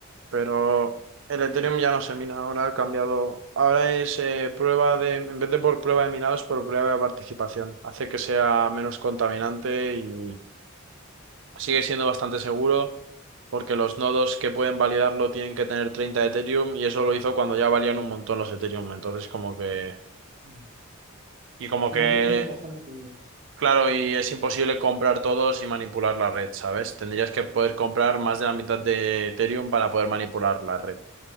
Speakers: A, on the right; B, on the right.
A: Pero el Ethereum ya no se mina, ahora ha cambiado. Ahora es eh, prueba de, en vez de por prueba de minado, es por prueba de participación. Hace que sea menos contaminante y sigue siendo bastante seguro porque los nodos que pueden validarlo tienen que tener treinta Ethereum y eso lo hizo cuando ya valían un montón los Ethereum. Entonces como que...
B: ya.
A: Y como
B: Si
A: que...
B: no tenías un cojón, no podías.
A: Claro, y es imposible comprar todos y manipular la red, ¿sabes? Tendrías que poder
B: Ya,
A: comprar más de la mitad de Ethereum para poder manipular la red.